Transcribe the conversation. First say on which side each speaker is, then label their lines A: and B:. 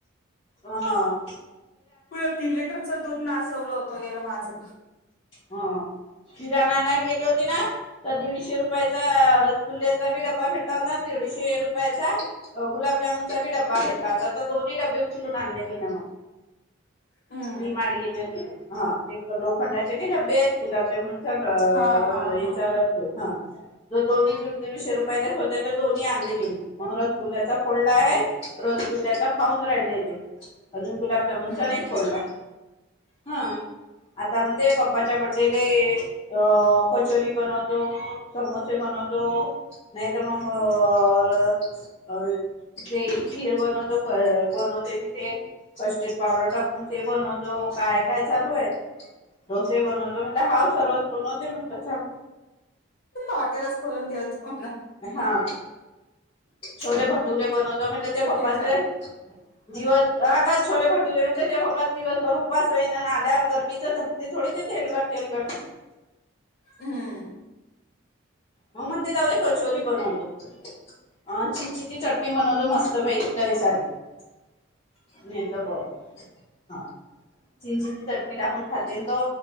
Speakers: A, on the left (about 25°); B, on the left (about 45°).
A: हम
B: पूर्ण तीन लिटरच दूध नासवलं होतं गेलं होत माझं
A: हो, किराणयला गेली होती ना, तर दीडशे रुपयाचा रसगुल्लेचाी डबा बी भेटला होता. आणि दीडशे रुपयाचा गुलाबजामन चा बी डब्बा भेटला होता. तर दोन्ही डब्बे उचलून आणले, मीन म
B: हम्म.
A: डी मार्ट गेली होती ह् तिथं लोखंडाची नाही डबे आहेत गुलाबजमुन तर
B: हा हा
A: विचारत
B: हा.
A: हं जर दोन्ही दीडशे दिडशे रुपयलाच होते तर दोन्ही आणले, मी मग रसगुल्ल्याचा फोडला आहे. रसगुल्ल्याचा खाऊन राहिले ते, अजून गुलाबजामुनच
B: हम्म.
A: नाही फोडला. हं आता पण ते पप्पाच्या बडेले अ कचोरी बनवतो, समोसे बनवतो नाहीतर मग अ ते खीर बनवतो, बनवते मी ते कस्टेड पावडर टाकून ते बनवतो काय काय चालू आहे. डोसे बनवत म्हणे हाव सर्वच बनवते म्हटलं चांग
B: हाॅटेलच खोलून ठेवते म्हणाव.
A: हा छोले भटुरे बनवतो, म्हण त्या पप्पाचे
B: ते खाय.
A: दिवस कागात छोले भटुरे म्हणजे जेव्हापास दिवसभर उपास होइन आल्यावर गर्मीचे धक्क थोडी ते तेलगट, तेलगट
B: हम्
A: म म्हणते जाऊ देत कचोरी बनवतो. अ चिंचची चटणी बनवतो मस्त पैकी लय सारी <unintelligible> ह चिंचेची चटणी टाकून खातेन तो,